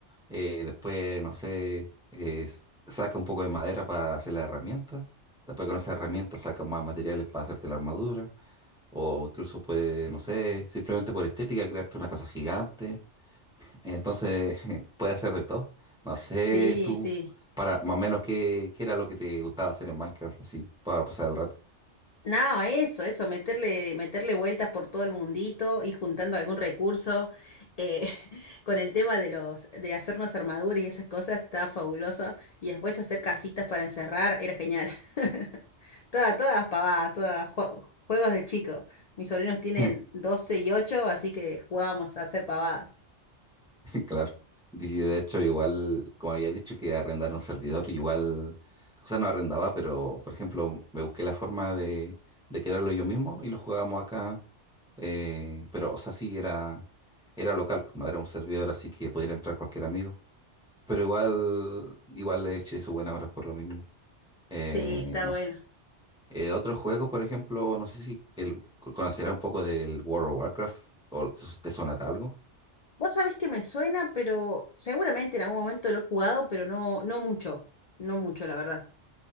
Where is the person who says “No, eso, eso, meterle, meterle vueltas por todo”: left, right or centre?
Left